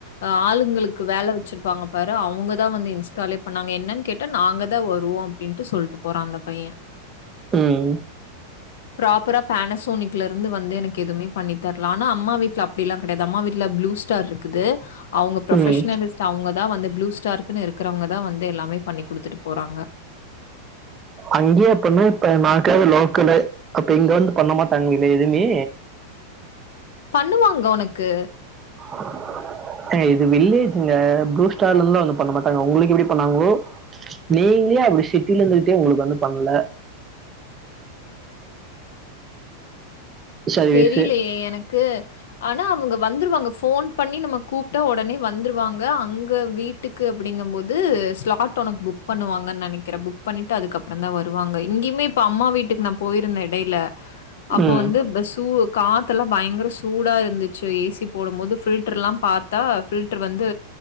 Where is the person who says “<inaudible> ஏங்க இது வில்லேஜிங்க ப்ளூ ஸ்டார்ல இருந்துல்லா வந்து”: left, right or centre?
Right